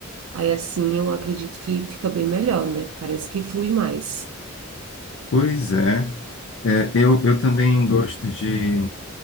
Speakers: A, on the right; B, on the left.
A: Aí assim eu acredito que fica bem melhor, né? Parece que flui mais.
B: Pois é. É, eu, eu também gosto de